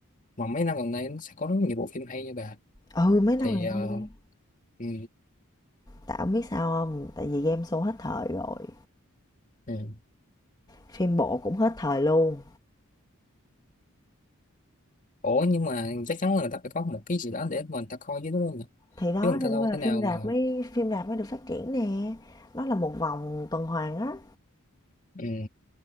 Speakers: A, on the left (about 35°); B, on the left (about 20°).
A: mà mấy năm gần đây nó sẽ có rất nhiều bộ phim hay như bà.
B: Ừ, mấy năm
A: Thì
B: gần
A: ờ,
B: đây đi.
A: ừ.
B: tại ông biết sao không tại vì game show hết thời rồi
A: Ừ.
B: phim bộ cũng hết thời luôn
A: Ủa nhưng mà chắc chắn là người ta phải có một cái gì đó để mà người ta coi chứ đúng không nhỉ?
B: thì đó
A: Chứ người
B: cho
A: ta
B: nên
A: đâu
B: là
A: thế
B: phim
A: nào
B: rạp
A: mà
B: mới phim rạp mới được phát triển nè nó là một vòng tuần hoàn á
A: ừ.